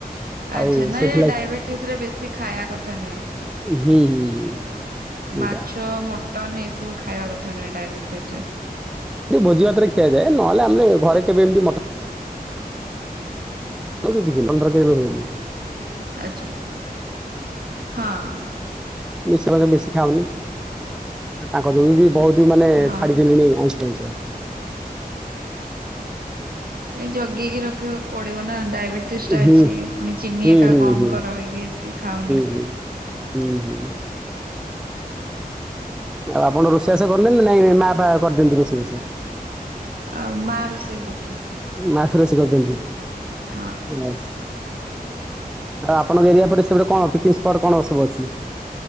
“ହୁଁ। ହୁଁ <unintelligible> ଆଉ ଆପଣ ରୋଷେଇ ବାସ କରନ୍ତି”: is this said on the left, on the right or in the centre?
Centre